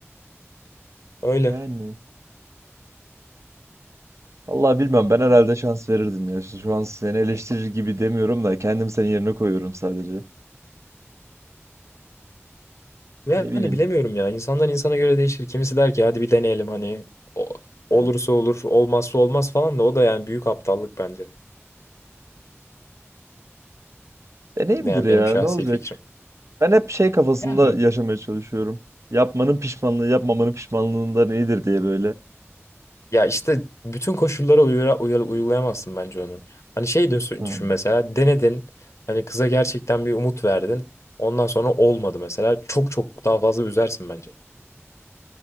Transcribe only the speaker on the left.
Öyle.
Yani
bilemiyorum ya. İnsandan insana göre değişir. Kimisi der ki hadi bir deneyelim hani o- olursa
olur, olmazsa olmaz falan da o da yani büyük aptallık bence.
Yani
benim şahsi
fikrim.
Yani
ya işte bütün koşullara uyura, uyar- uygulayamazsın bence onu. Hani şey düşün,
düşün mesela denedin. Hani kıza gerçekten bir umut verdin. Ondan sonra olmadı mesela. Çok çok daha fazla üzersin bence.